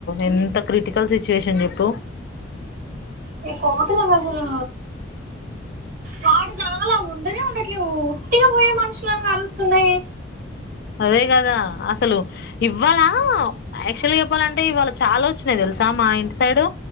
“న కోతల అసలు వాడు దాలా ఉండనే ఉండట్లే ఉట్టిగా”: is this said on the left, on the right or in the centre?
Right